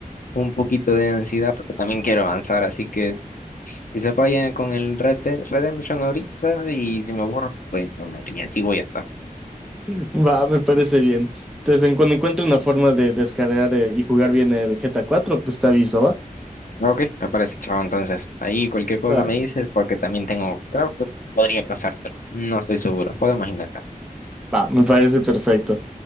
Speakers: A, on the left (about 65°); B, in the centre.
A: un poquito de ansiedad porque también quiero avanzar, así que quizá vaya con el Red Dead Redemption ahorita y si me aburro, pues hablar y así voy a estar.
B: <laughs> Va, me parece bien. Entonces, en cuando encuentre una forma de descargar eh, y jugar bien el GTA cuatro pues te aviso, ¿va?
A: Ok, me parece chavo, entonces ahí cualquier cosa
B: Va,
A: me dices porque también tengo, creo que podría pasártelo, no estoy seguro, podemos intentar.
B: va, me parece perfecto.